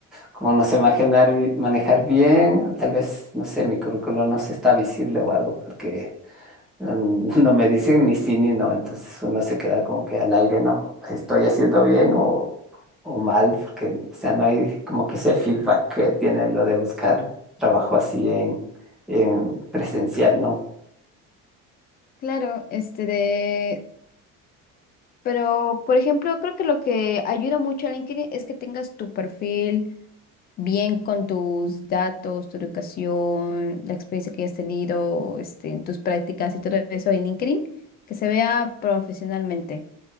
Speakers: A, in the centre; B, on the left (about 30°).
A: como no sé manejar, bi- manejar bien, tal vez, no sé, mi currículum no se está visible o algo, porque mm, <laughs> No me dicen ni sí ni no, entonces uno se queda como que al aire, no, estoy haciendo bien o, o mal, porque, o sea, no hay como que ese feedback que tiene lo de buscar trabajo así en, en presencial, ¿no?
B: Claro, este de... Pero, por ejemplo, creo que lo que ayuda mucho a LinkedIn es que tengas tu perfil bien con tus datos, tu educación, la experiencia que hayas tenido, este, en tus prácticas y todo eso en LinkedIn, que se vea profesionalmente.